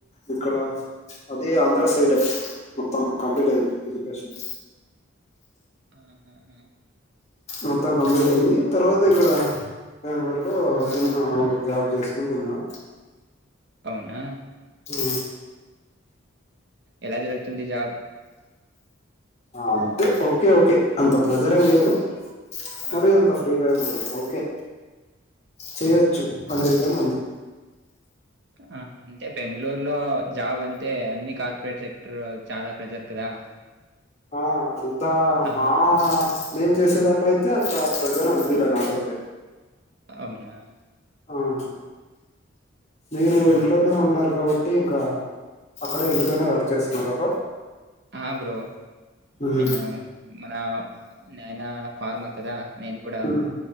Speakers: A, on the left; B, on the right.
A: ఇక్కడ అది ఆంధ్ర సైడ్ మొత్తం కంప్లీట్ అయి్యంది ఎడ్యుకేషన్
B: ఆ హ ఆహా
A: మొత్తం కంప్లీట్ అయింది తర్వాత ఇక్కడ బెంగళూరు లో
B: ఆ,
A: చి జాబ్ చేసుకుంటున్నా
B: అవునా
A: ఉ
B: ఎలా జరుగుతుంది జాబ్
A: అంతే ఓకే ఓకే అంత ప్రెజర్ ఏం లేదు మరి
B: ఆ,
A: ఎంత ఫ్రీగా ఒ ఓకే చేయొచ్చు
B: అవునా
A: అనేదే మంది
B: ఆ అంటే బెంగళూరులో జాబ్ అంటే అన్ని కార్పొరేట్ సెక్టర్ చాలా ప్రజర్ కదా
A: ఆ అంతా
B: ఆ,
A: మా నిన్ చేసేదాంట్లయితే అంతా ప్రేజ్జర్ అనిపిల నాకైతే
B: అవునా
A: ఆహ్ మీరు
B: ఓకే బ్రో.
A: ఇంట్లోనే ఉన్నారు కాబ బట్టి ఇంకా అక్కడే ఇంటిపైనే వర్క్ చేస్తునరా బ్రో
B: ఆ బ్రో
A: ఉమ్
B: నేను మన నయినా ఫార్మర్ కదా నేను కూడా
A: ఉమ్ ఉమ్,